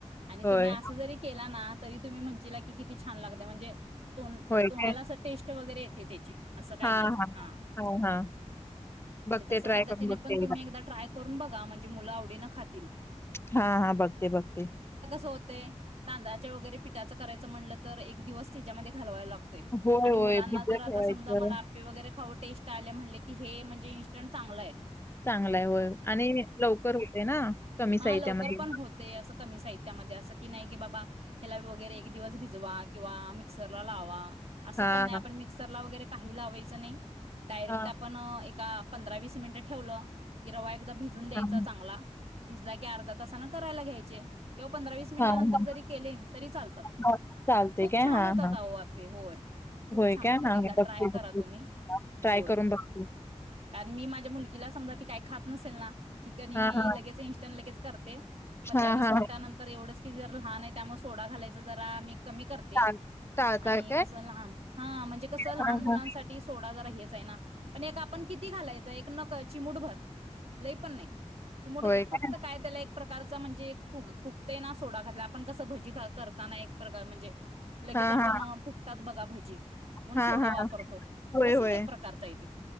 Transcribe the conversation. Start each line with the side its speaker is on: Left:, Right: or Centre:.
Right: आणि
Left: होय
Right: तुम्ही असं जरी केला ना तरी तुम्ही म्हणे- केला किती छान लाग म्हणजे- तोंड
Left: होय
Right: तोंडाला
Left: काय
Right: टेस्ट- वगैरे येते त्याची- असं काही
Left: हां
Right: नाही
Left: हां
Right: हा म्हणजे
Left: हां हां बघते
Right: तसं
Left: ट्राय
Right: पद्धतीने
Left: करून बघते
Right: पण तुम्ही एकदा ट्राय करून बघा म्हणजे मुलं आवडीनं खातील.
Left: हा हा बघते बघते.
Right: होते तांद्याळाच्या वगैरे पिटाचं करायचं म्हल- तर एक दिवस त्याच्या घालवायला लागतोय.
Left: होय
Right: आणि
Left: होय
Right: मुलांना
Left: भिजत
Right: जर आता
Left: ठेवायचं
Right: समजा मला आपे वगैरे खाउ- टेस्ट आल्या म्हणले की हे म्हणजे इंस्टंट चांगलंय.
Left: चांगलाय होय आणि लवकर होते ना कमी- साहित्यामध्ये
Right: हा लवकर पण होते असं कमी साहित्यामध्ये असं की नाही की बाबा ह्याला वगैरे- कीती दिवस भीज- वा किंवा- मिक्सरलाला लावा. असं
Left: हां
Right: पण नाही
Left: हां
Right: आपण मिक्सरला वगैरे- काही लावायचं नाही. डायरेक्ट
Left: हां
Right: आपण एक- का पंधरा वीस मिनिट ठेवलं की रवा- भिजून द्यायचा
Left: हां
Right: चांगला भीजलाकी- अर्धा तान कयला घ्यायचे किंवा पंधरा वस मिनिट
Left: हां
Right: नंतर
Left: हां
Right: जरी केले तरी चालतात
Left: हां, चालते
Right: खूप
Left: काय
Right: छान
Left: हां
Right: होतात
Left: हां
Right: आपे होय खूप
Left: होय
Right: छान
Left: काय
Right: होतात
Left: हां
Right: एकदा
Left: बघते
Right: ट्राय करा
Left: बघते
Right: तुम्ही
Left: ट्राय
Right: होय
Left: करून बघते
Right: कारण मी माझ्या मुलगीला समजा काय खात नसल ना की क मी
Left: हां हां
Right: लगेच इ लगेच करते पंधरा
Left: हा
Right: वीस
Left: हा
Right: मिनिटानंतर
Left: हा.
Right: एवढं की जर लहान आहे त्यामुळे सोडा घालायच जरा मी कमी करते
Left: चाल टाळताय
Right: आणि
Left: काय?
Right: कस लहान हा म्हणजे कस लहान
Left: हा
Right: मुलांसाठी
Left: हा.
Right: सोडा जरा आहे ना पण एक आपण किती घालायचं एक ची मुठभर लई पण नाही चिमड
Left: होय
Right: फक्त
Left: काय?
Right: एक प्रकार म्हणजे अ फुग फुगते ना सोडा घातल्यावर आपण कसे भजी करताना एक प्रकार म्हणजे लगेच
Left: हा
Right: आपण
Left: हा
Right: फुगतात बघ गाभजी म्हणजे
Left: हा
Right: सोडा
Left: हा
Right: वापरतो
Left: होय
Right: तसच
Left: होय.
Right: एक प्रकारच आहेेते